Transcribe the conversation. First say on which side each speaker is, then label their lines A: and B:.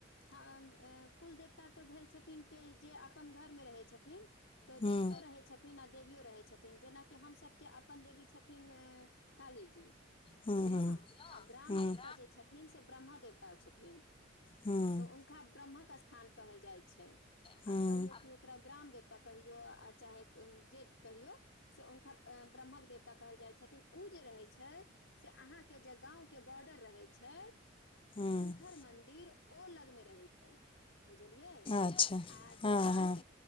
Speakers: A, on the left; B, on the left.
A: हाँ कुल देवता तऽ भेल छथिन कि जे अपन घर मे रहैत छथिन तऽ
B: हूँ
A: देवतो रहै छथिन आ देवियो रहै छथिन जेना कि हम सभ के अपन देवी छथिन काली जी
B: हूँ
A: बुझलौं
B: हूँ हूँ
A: आ ग्राम
B: हूँ
A: देवता जे छथिन थीन से ब्रह्म देवता छथिन
B: हूँ
A: तऽ हुनका ब्रह्मक स्थान कहल जाइ छै
B: हूँ
A: आब कहियौ कि ओकरा ग्राम देवता कहियौ आ चाहे जे कहियौ से हुनका ब्रह्मक देवता कहल जाई छथिन ओ जे रहै छै से अहाँ के जे गाँवके जे बॉर्डर रहै छै
B: हूँ
A: हुनकर मन्दिर ओ लग मे रहै छै बुझलियै आ
B: अच्छा हँ
A: जे ग्रामक
B: हँ